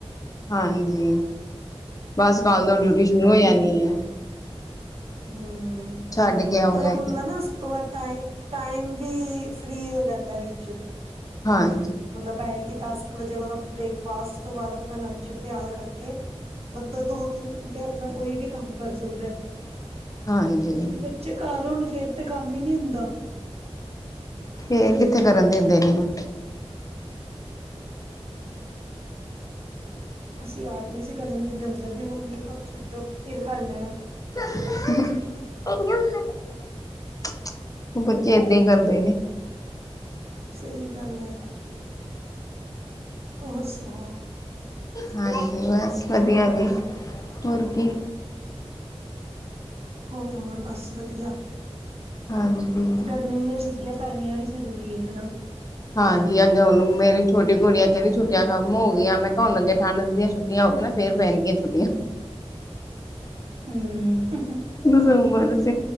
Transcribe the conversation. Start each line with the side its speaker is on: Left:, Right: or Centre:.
Left: ਹਾਂਜੀ ਬਸ ਕੱਲ ਤੋਂ ਡਿਊਟੀ ਸ਼ੁਰੂ ਹੋ ਜਾਣੀ ਏ
Right: ਹੂੰ
Left: ਛੱਡ ਕੇ ਆਓ
Right: ਥੋੜਾ
Left: ਲੈ
Right: ਬੰਦਾ
Left: ਕੇ।
Right: ਨਾ ਤੋਂ ਥੋੜਾ ਟ ਟਾਈਮ ਵੀ ਫ੍ਰਰੀ ਰਹਿੰਦਾ ਵਿੱਚ
Left: ਹਾਂ
Right: ਮਤਲਬ ਇਹ ਕਿ ਦਸ ਕੁ ਵਜੇ ਮਤਲਬ ਬ੍ਰੇਕਫਾਸਟ ਤੋਂ ਬਾਅਦ ਆਪਣਾ ਲੰਚ ਤਿਆਰ ਕਰਕੇ ਬੰਦਾ ਦੋ ਤਿੰਨ ਘੰਟੇ ਆਪਣਾ ਕੋਈ ਵੀ ਕੰਮ ਕਰ ਸਕਦਾ
Left: ਹਾਂਜੀ
Right: ਚ ਘਰ ਹੁਣ ਫੇਰ ਤੇ ਕੰਮ ਹੀ ਨਹੀਂੀ ਹੁੰਦਾ
Left: ਫੇ ਕਿੱਥੇ ਕਰਨ ਦਿੰਦੇ ਨੇ ਆ
Right: ਅਸੀਂ ਆਪ ਨਹੀਂ ਸੀ ਕਰਨ ਦਿੰਦੇ ਆਪਣੀ ਮੰਮੀ ਨੂੰ ਕੰਮ ਛੱਡੋ ਫਿਰ ਕਰ ਲੈਣਾ
Left: <unintelligible> ਬੱਚੇ ਏਦਾਂ ਹੀ ਕਰਦੇ ਨੇ
Right: ਸਹੀ ਗੱਲ ਏ ਹੋਰ ਸੁਣਾਓ
Left: ਹਾਂਜੀ ਬਸ ਵਧੀਆ ਜੀ ਹੋਰ ਕੀ
Right: ਹੋਰ ਹੋਰ ਬਸ ਵਧੀਆ
Left: ਹਾਂਜੀ
Right: ਗਰਮੀ ਦੀਆਂ ੁ ਆਂ ਪੈਣੀਆਂ ਵੀ ਜ਼ਰੂਰੀ ਏ ਹਨਾ
Left: ਹਾਂਜੀ ਅੱਗੇ ਹੁਣ ਮੇਰੀ ਛੋਟੀ ਕੁੜੀਆਂ ਕਹਿ ਛੱਟੀਆਂ ਖਤਮ ਹੋ ਗਈਆਂ ਮੈਂ ਕਿਹਾ ਹੁਣ ਅੱਗੇ ਠੰਢ ਦੀਆਂ ਛੁੱ ਛੁੱਟੀਆਂ ਹੋਗਿਆ ਨਾ ਫੇਰ ਪੈਣਗੀਆਂ ਛੁੱਟੀਆਂ,
Right: ਹੂੰ
Left: ਦਸਬਰਸ,